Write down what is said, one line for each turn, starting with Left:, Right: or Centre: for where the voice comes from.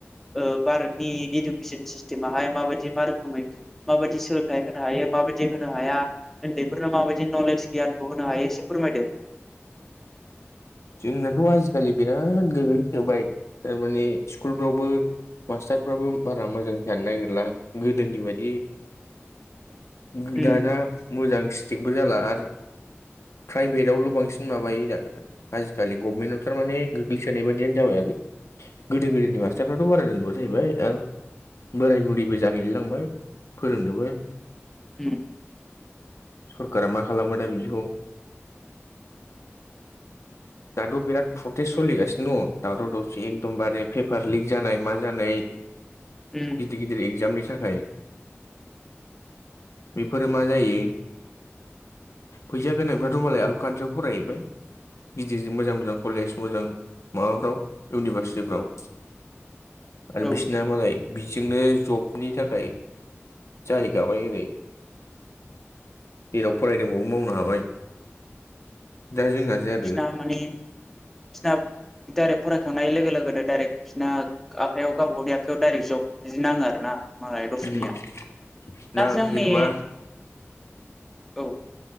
Centre: ओ भारतनि इदु खिसन स्थिथिमाहाय माबायदि मा रोखोमै माबायदि सोलोंथाय होनो हायो माबा दि होनो हाया उन्दैफोरनो माबायदि नलेज गियानखौ होनो हायो एसे फोरमायदो‌।
Left: जोंनाथ' आजिखालि बिराद गोग्लैसोबाय थारमाने स्कुलफ्रावबो मास्टारफ्राबो बारा मोजां जानो नागिरला गोदोनि बायदि। गो
Centre: उम
Left: दाना मोजां स्ट्रिकबो जाला आरो प्राइभेटावल' बांसिन माबायो दा। आजिखालि गभमेन्टआव थारमाने गोग्लैसोनाय बायदियानो जाबाय आरो। गोदो गोदोनि मास्थाफ्राथ' बारा रोंजोबबा जाहैबाय आरो बोराय बुरिबो जाहैलायलांबाय फोरोंनोबो
Centre: उम
Left: सरखारा मा खालामबाय दा बिदिखौ दाथ' बिराद प्रटेस्ट सोलिगासिनो दङ दावराव दावसि एकदमबारे पेपार लिक जानाय मा जानाय। <inaudible>
Centre: उम
Left: गिदिर - गिदिर एक्जामनि थाखाय। बेफोरो मा जायो। फैसा गोनांफ्राथ' मालाय आउट कान्ट्रियाव फरायहैबाय। गिदिर-गिदिर मोजां-मोजां कलेज मोजां माबाफ्राव इउनिभारसिटिफ्राव। आरो
Centre: औ
Left: बिसिना मालाय बिजोंनो जबनि थाखाय जाहैखाबाय ओरै। जेराव फरायदों बावनो मावनो हाबाय दा जोंहा जा
Centre: बिसना माने बिसिना डाइरेक्ट फरायखांनाय लोगो लोगोनो डाइरेक्ट बिसना आखाइयाव गावबा गावनि आखायाव डाइरेक्ट जब बिदि नाङो आरो ना। मालाय
Left: उम
Centre: दस्रानिया
Left: ना
Centre: दा जोंनि
Left: जेन'बा
Centre: औ